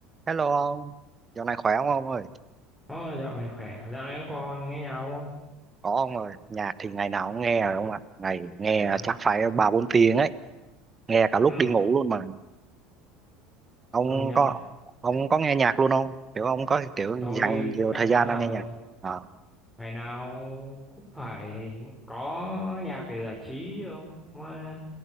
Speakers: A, on the right (about 25°); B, in the centre.
A: Hello ông, dạo này khỏe không ông ơi?
B: Ồ, dạo này khỏe, à? dạo này các con nghe nhau không?
A: Có ông ơi, nhạc thì ngày nào cũng nghe rồi ông ạ. Ngày nghe
B: À,
A: chắc phải ba bốn tiếng ấy, nghe cả lúc
B: ừ,
A: đi ngủ luôn mà. Ông
B: công nhận,
A: có ông có nghe nhạc luôn không? Kiểu ông có kiểu
B: tôi
A: dành nhiều
B: chắc
A: thời
B: chắn
A: gian
B: rồi
A: ông nghe nhạc.
B: ông.
A: À,
B: Ngày nào cũng phải có nhạc để giải trí ông. Mà,